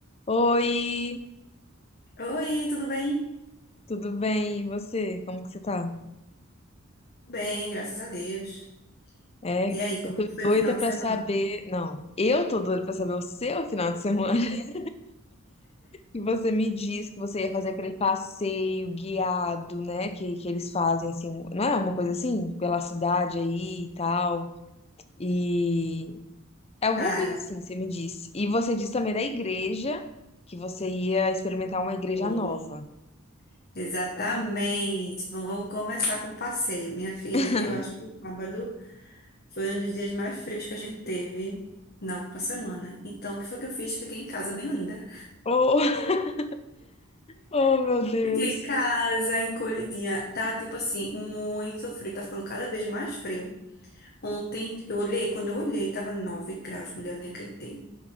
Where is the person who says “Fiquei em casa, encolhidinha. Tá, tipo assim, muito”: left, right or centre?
Left